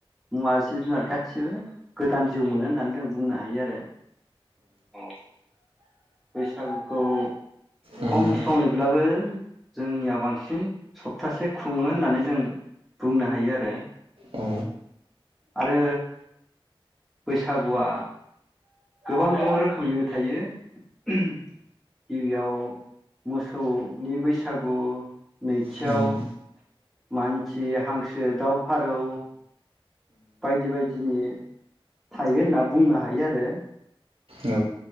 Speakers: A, in the centre; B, on the right.
A: मुवा जिब जुनार गासिबो गोदान जिउ मोनो होननानै जों बुंनो हायो आरो, औ। बैसागुखौ
B: उम
A: खम
B: औ
A: समैब्लाबो जोंनियाव बांसिन सप्तासे खुङो होननानै जों बुंनो हायो आरो।
B: औ।
A: आरो बैसागुआ गोबां गोबां रोखोमनिबो थायो। उम <inaudible> गिबियाव मोसौ नि बैसागु नैथि
B: उम
A: याव मानसि हांसो दाव फारौ बायदि बायदिनि थायो होनना बुंनो हायो आरो।
B: औ।